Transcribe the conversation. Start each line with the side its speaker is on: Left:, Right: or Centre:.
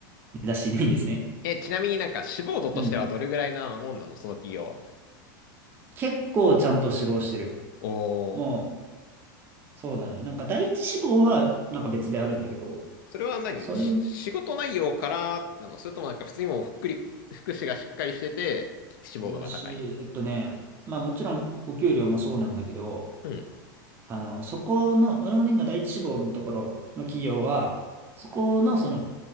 Right: 目指していないんですね。
Left: え、ちなみになんか、志望度としてはどれぐらいなもんなのその企業は。
Right: うん。結構ちゃんと志望してる。
Left: おー。
Right: もう、そうだね。なんか第一志望はなんか別であるんだけど、
Left: それは何し仕事内容からなのそれともなんか普通にもうふっくり、
Right: それ
Left: 福祉がしっかりしてて、志望度が高い。
Right: だし、えっとね、まあもちろんお給料もそうなんだけど、
Left: うん。
Right: あの、そこの、俺のね今第一志望のところの企業は、そこのその、